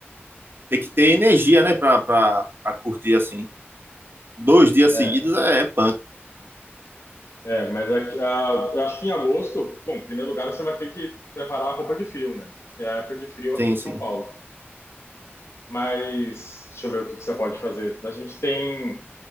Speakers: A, on the right; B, on the left.
A: tem que ter energia, né, pra, pra, pra curtir assim. Dois dias
B: É,
A: seguidos é, é punk.
B: é, mas aqui- ah, eu acho que em agosto, bom, em primeiro lugar você vai ter que preparar a roupa de frio, né? Que é a época de frio
A: Sim,
B: aqui em
A: sim.
B: São Paulo. Mas deixa eu ver o que que você pode fazer. A gente tem